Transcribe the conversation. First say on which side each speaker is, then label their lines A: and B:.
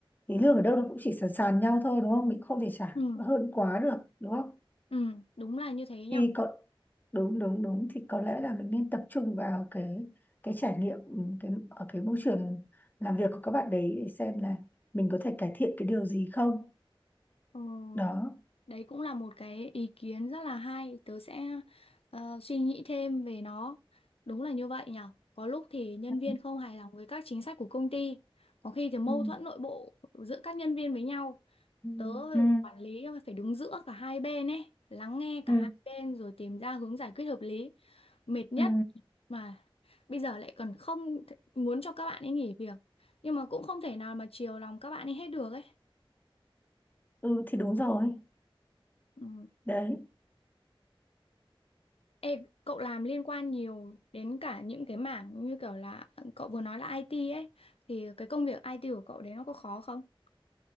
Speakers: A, on the left; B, on the left.
A: thì lương ở đâu nó cũng chỉ sàn sàn nhau thôi đúng không mình không thể trả
B: Ừ,
A: hơn quá được đúng không
B: ừ, đúng là như thế nhở.
A: thì có đúng đúng đúng thì có lẽ là mình nên tập trung vào cái cái trải nghiệm ừ, cái ở cái môi trường làm việc của các bạn đấy để xem là mình có thể cải thiện cái điều gì không
B: ờ
A: đó
B: đấy cũng là một cái ý kiến rất là hay. Tớ sẽ ờ, suy nghĩ thêm về nó. Đúng là như vậy nhở. Có lúc thì nhân
A: Ừ,
B: viên không hài lòng với các chính sách của công ty. Có khi thì mâu
A: ừ,
B: thuẫn nội bộ giữa các nhân viên với nhau.
A: ừ,
B: Tớ
A: ừ,
B: quản lý phải đứng giữa cả hai bên ấy. Lắng nghe
A: ừ,
B: cả hai bên rồi tìm ra hướng giải quyết hợp lý. mệt nhất
A: ừ.
B: mà bây giờ lại còn không th- muốn cho các bạn ấy nghỉ việc nhưng mà cũng không thể nào mà chiều lòng các bạn ấy hết được ấy
A: Ừ, thì đúng rồi
B: ừ.
A: đấy
B: Ê, cậu làm liên quan nhiều đến cả những cái mảng như kiểu là cậu vừa nói là IT ấy thì cái công việc IT của cậu đấy nó có khó không?